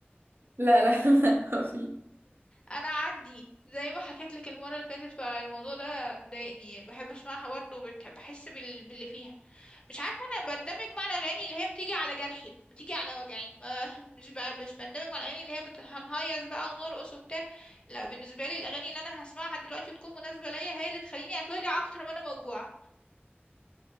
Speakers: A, on the right; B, on the left.
A: لا لا <laughs> ما في
B: انا عندي زي ما حكيت لك المرة اللي فاتت فالموضوع ده مضايقني يعني بحب اسمعها برضه وبتحب احس بال... باللي فيها مش عارفة أنا بندمج مع الأغاني اللي هي بتيجي على جرحي بتيجي على وجعي ما <laughs> مش بقى مش بندمج مع الأغاني اللي هي بت... هنهيص بقى ونرقص وبتاع لا بالنسبة لي الأغاني اللي أنا هسمعها دلوقتي وتكون مناسبة ليا هي اللي تخليني أتوجع أكتر ما أنا موجوعة